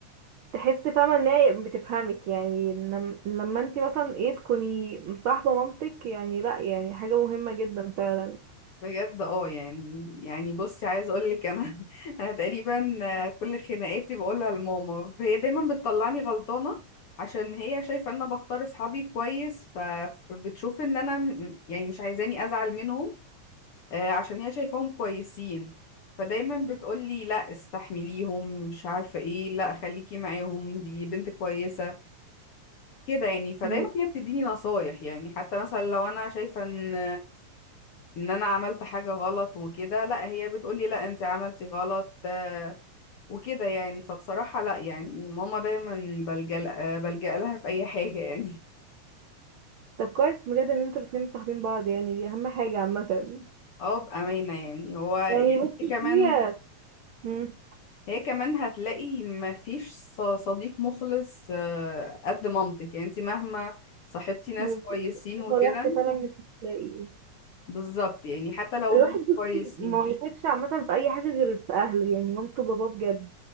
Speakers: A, on the right; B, on the left.
A: تحس فاهمة ان هي بتفهمك يعني لم- لما انت مثلا ايه تكوني مصاحبة مامتك يعني لا يعني حاجة مهمة جدا فعلا
B: بجد اه يعني يعني بصي عايز اقول لك انا <laughs> انا تقريبا آه، كل خناقاتي بقولها لماما هي دايما بتطلعني غلطانة عشان هي شايفة ان انا بختار اصحابي كويس ف- فبتشوف ان انا م- يعني مش عايزاني ازعل منهم آه، عشان هي شايفاهم كويسين فدايما بتقولي لا استحمليهم مش عارفة ايه لا خليكي معاهم دي بنت كويسة كده يعني فدايما
A: مم.
B: هي بتديني نصايح يعني حتى مثلا لو انا شايفه ان ان انا عملت حاجه غلط وكده لا هي بتقولي لا انت عملتي غلط آه، وكده يعني فبصراحه لا يعني ماما دايما بلجأ آه، بلجأ لها في اي حاجه يعني
A: طب كويس بجد ان انتوا الاتنين مصاحبين بعض يعني دي اهم حاجة عامة
B: <laughs> اه بامانه يعني هو يعني
A: يعني بصي
B: هي كمان
A: هي مم.
B: هي كمان هتلاقي ما فيش ص- صديق مخلص آه، قد مامتك يعني انت مهما صاحبتي ناس
A: بس
B: كويسين وكده
A: لو روحت
B: انت
A: فعلا مش هتلاقي
B: بالظبط يعني حتى لو
A: الواحد
B: هم
A: بصي
B: كويسين
A: ما يثقش عامة في أي حاجة غير في أهله يعني مامته وباباه بجد